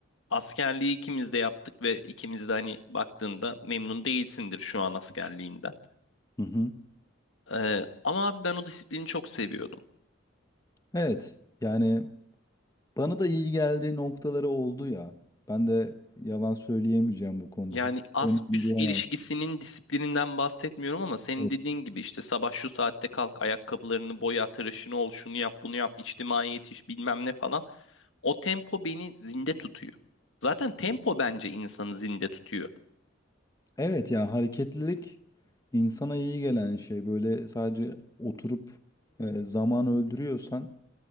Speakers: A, on the left (about 70°); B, on the left (about 15°).
A: Askerliği ikimiz de yaptık ve ikimiz de hani baktığında memnun değilsindir şu an askerliğinden.
B: Hı hı.
A: Ee, ama abi ben o disiplini çok seviyordum.
B: Evet yani Bana da iyi geldiği noktaları oldu ya. Ben de yalan söyleyemeyeceğim bu konuda.
A: Yani
B: Hiç
A: az
B: sevmedim
A: üst
B: diyemem.
A: ilişkisinin disiplininden bahsetmiyorum ama senin
B: Evet.
A: dediğin gibi işte sabah şu saatte kalk, ayakkabılarını boya, tıraşını ol, şunu yap, bunu yap, içtimai yetiş bilmem ne falan. O tempo beni zinde tutuyor. Zaten tempo bence insanı zinde tutuyor.
B: Evet ya hareketlilik insana iyi gelen şey. Böyle sadece oturup e, zaman öldürüyorsan